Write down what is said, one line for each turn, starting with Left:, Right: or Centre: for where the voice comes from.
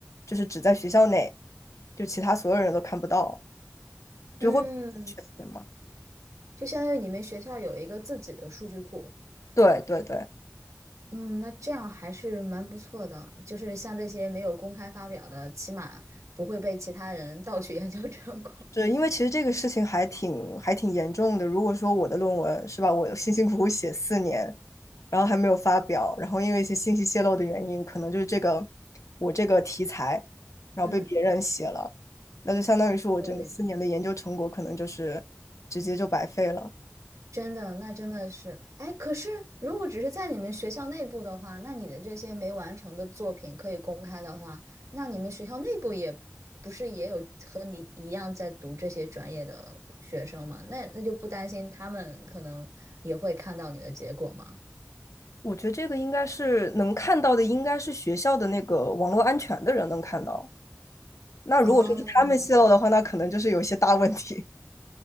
Left: 就是只在学校内，就其他所有人都看不到，就会全点嘛。
Right: 嗯，就相当于你们学校有一个自己的数据库。
Left: 对对对，
Right: 嗯，那这样还是蛮不错的，就是像这些没有公开发表的，起码不会被其他人盗取研究成果。
Left: 是因为其实这个事情还挺还挺严重的。如果说我的论文是吧，我辛辛苦苦写四年，然后还没有发表，然后因为一些信息泄露的原因，可能就是这个我这个题材，然后被别人写了，
Right: <laughs> 嗯，
Left: 那就相当于是我整个四年的研究成果可能就是直接就白费了。
Right: 对。真的，那真的是，哎，可是如果只是在你们学校内部的话，那你的这些没完成的作品可以公开的话，那你们学校内部也不是也有和你一样在读这些专业的学生吗？那那就不担心他们可能也会看到你的结果吗？
Left: 我觉得这个应该是能看到的，应该是学校的那个网络安全的人能看到。那如果说是他们泄露的话，
Right: 哦，
Left: 那可能就是有些大问题。